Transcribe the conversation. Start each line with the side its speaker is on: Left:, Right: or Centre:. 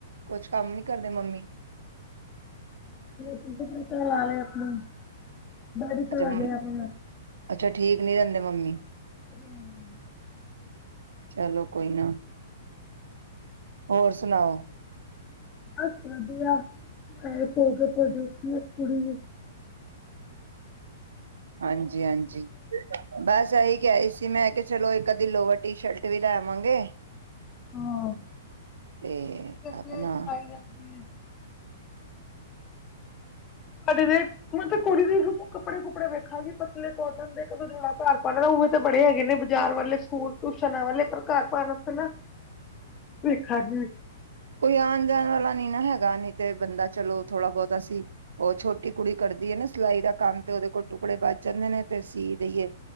Right: ਕੁਛ ਕੰਮ ਨੀ ਕਰਦੇ ਮੰਮੀ।
Left: ਜੀ ਬਿਲਕੁਲ ਲਾਲ ਆ ਆਪਾਂ ਬਾਰੀ ਚ
Right: ਅੱਛਾ
Left: ਵਲੇ ਆਪਣਾ
Right: ਅੱਛਾ ਠੀਕ ਨੀ ਰਹਿੰਦੇ ਮੰਮੀ
Left: <inaudible>
Right: ਚਲੋ ਕੋਈ ਨਾ ਹੋਰ ਸੁਣਾਓ
Left: ਬਸ ਵਧੀਆ ਐ ਸੋ ਕੇ ਹੁਣ ਉੱਠੀ ਕੁੜੀ ਨੂੰ
Right: ਹਾਂਜੀ- ਹਾਂਜੀ, ਬਸ ਇਹੀ ਕਹਿ ਰਹੀ ਸੀ ਮੈਂ ਕੇ ਚਲੋ ਇੱਕ ਦੀ ਲੋਵਰ ਟੀ-ਸ਼ਰਟ ਵੀ ਲੈ ਆਵਾਂਗੇ।
Left: ਹਾਂ
Right: ਤੇ
Left: ਗਰਮੀਆਂ
Right: ਆਪਣਾ
Left: ਵਿੱਚ ਪਾਈ ਜਾਂਦੀ ਐ। ਸਾਡੇ ਦੇ ਮੈਂ ਕੁੜੀ ਦੇ ਕੱਪੜੇ ਕੁਪੜੇ ਵੇਖਾਂਗੇ ਪਤਲੇ ਕੋਟਨ ਦੇ ਕ ਜੋੜਾ ਘਰ ਪਾ ਉ ਤਾਂ ਬੜੇ ਹੈਗੇ ਨੇ ਬਜ਼ਾਰ ਵਾਲੇ ਸਕੂਲ ਟਿਊਸ਼ਨਾ ਵਾਲੇ ਪਰ ਘਰ ਪਾਣ ਵਾਸਤੇ ਨਾ ਵੇਖਾਂਗੇ।
Right: ਕੋਈ ਆਣ ਜਾਣ ਵਾਲਾ ਨੀ ਨਾ ਹੈਗਾ ਨਹੀਂ ਤੇ ਬੰਦਾ ਚਲੋ ਥੋੜ੍ਹਾ ਬਹੁਤਾ ਅਸੀਂ ਉਹ ਛੋਟੀ ਕੁੜੀ ਕਰਦੀ ਏ ਨਾ ਸਿਲਾਈ ਦਾ ਕੰਮ ਤੇ ਉਹਦੇ ਕੋਲ ਟੁਕੜੇ ਬਚ ਜਾਂਦੇ ਨੇ, ਤੇ ਸੀਅ ਦੇਈਏ